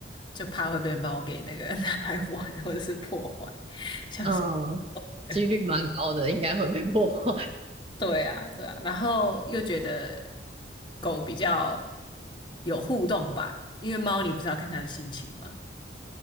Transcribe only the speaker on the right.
嗯，
几率蛮高的，应该会被破坏，